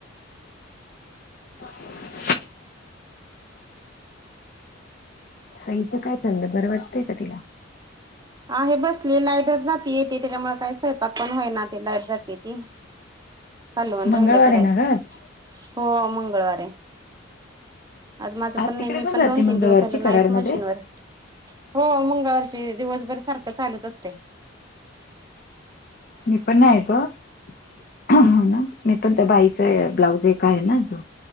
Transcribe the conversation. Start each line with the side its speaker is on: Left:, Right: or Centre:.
Left: <inaudible> <unintelligible> सईचं काय चाललंय बरं वाटतंय का तिला?
Right: आहे बसली लाईटच जाते येते त्याच्यामुळे काय स्वयंपाक पण होईना ते लाईट जात ती. कालवण
Left: मंगळवार
Right: राहिलय करायच
Left: आहे ना गं आज?
Right: हो मंगळवारी आहे आज माझं पण नाही
Left: तिकडे
Right: मी पण
Left: जाते
Right: दोन
Left: मंगळवारची
Right: तीन दिवस झाल नाहीच
Left: कराडमध्ये
Right: मशीनवर. हो मंगळवारची दिवसभर सारखं चालूच असतय.
Left: मी पण नाही आहे ग. ह ना मी पण त्या बाईच ब्लाऊज एक आहे ना जो